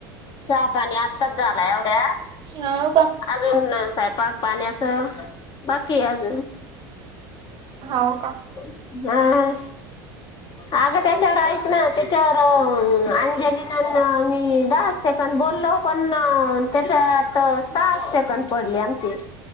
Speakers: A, on the left; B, on the right.
A: चहा पाणी आत्ताच झाला एवढ्या
B: हा का
A: अजून सायपाक पाण्याच बाकी आहे अजून
B: हो का
A: हा अगं त्याच्यावर ऐक ना त्याच्यावर अंजली मी दहा सेकड बोललो पण त्याच्या आता सात सेकंड पडले आमची